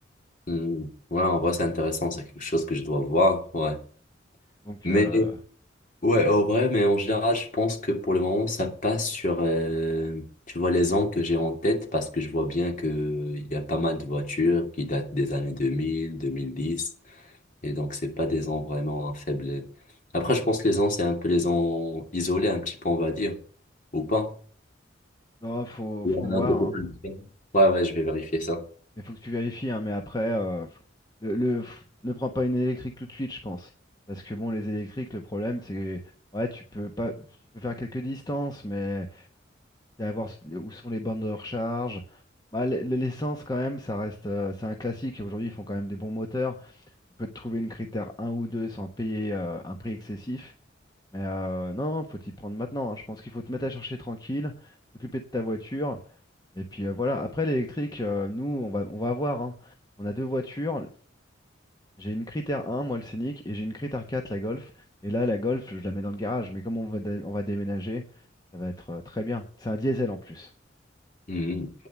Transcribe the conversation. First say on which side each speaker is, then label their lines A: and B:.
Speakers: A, on the left (about 40°); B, on the left (about 20°).
A: Hmm. Ouais, en vrai, c'est intéressant. C'est quelque chose que je dois voir. Ouais.
B: Donc,
A: Mais,
B: euh,
A: ouais, en vrai, mais en général, je pense que pour le moment, ça passe sur, euh, tu vois, les ans que j'ai en tête parce que je vois bien que il y a pas mal de voitures qui datent des années 2000, 2010. Et donc, c'est pas des ans vraiment faibles. Après, je pense que les ans, c'est un peu les ans isolés, un petit peu, on va dire. Ou pas.
B: non, faut,
A: Il
B: faut
A: y en
B: voir.
A: a des populations.
B: hein.
A: Ouais, ouais, je vais vérifier ça.
B: Mais faut que tu vérifies. hein. Mais après, euh, le, le- f- ne prends pas une électrique tout de suite, je pense. Parce que bon, les électriques, le problème, c'est. Ouais, tu peux pas. Tu peux faire quelques distances, mais. d'aller voir s- où sont les bornes de recharge. Bah, l- l'essence, quand même, ça reste, euh, c'est un classique. Aujourd'hui, ils font quand même des bons moteurs. Tu peux te trouver une critère un ou 2 sans payer euh, un prix excessif. Mais euh, non, faut t'y prendre maintenant. hein. Je pense qu'il faut te mettre à chercher tranquille, t'occuper de ta voiture. Et puis euh, voilà, après l'électrique, euh, nous, on va, on va voir. hein. On a deux voitures. J'ai une critère un moi le Scénic, et j'ai une critère 4 la Golf. Et là, la Golf, je la mets dans le garage. Mais comme on va, dé- on va déménager, ça va être euh, très bien. C'est un diesel en plus.
A: Mhm.